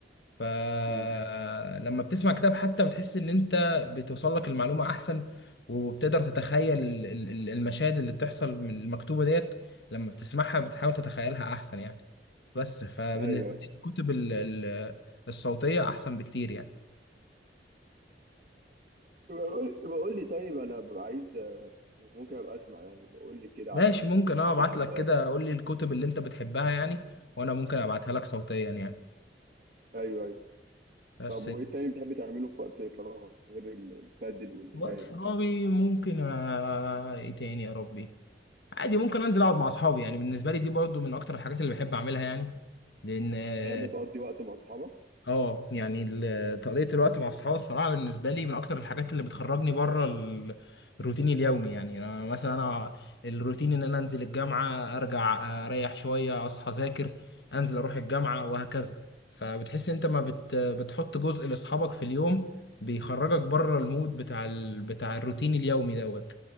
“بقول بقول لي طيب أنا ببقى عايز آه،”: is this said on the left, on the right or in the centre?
Right